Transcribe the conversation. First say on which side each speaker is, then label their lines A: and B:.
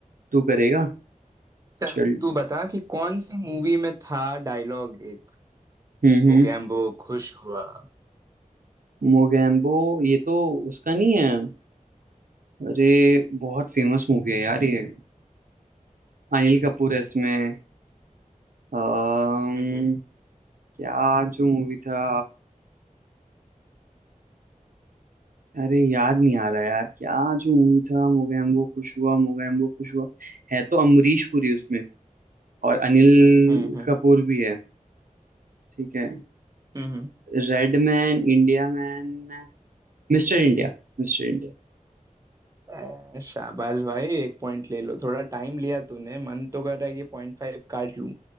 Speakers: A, on the right; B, on the right.
A: तू करेगा
B: चल
A: चल
B: तू बता कि कौन सी मूवी में था डायलॉग एक
A: हम्म हम्म
B: मुगैम्बो खुश हुआ
A: मोगैम्बो ये तो उसका नहीं है अरे बहुत फेमस मूवी है यार ये अनिल कपूर है इसमें अम्म
B: हम्म
A: क्या जो मूवी था अरे याद नहीं आ रहा यार क्या जो मूवी था मोगैम्बो खुश हुआ मोगैम्बो खुश हुआ है तो अमरीश पुरी उसमें और अनिल
B: हम्म हम्म
A: कपूर भी है ठीक है
B: हम्म
A: Red man India man Mister India Mister India
B: ए, शाबाश भाई एक पॉइंट ले लो थोड़ा टाइम लिया तूने मन तो कर रहा है कि पॉइंट फाइव काट लूं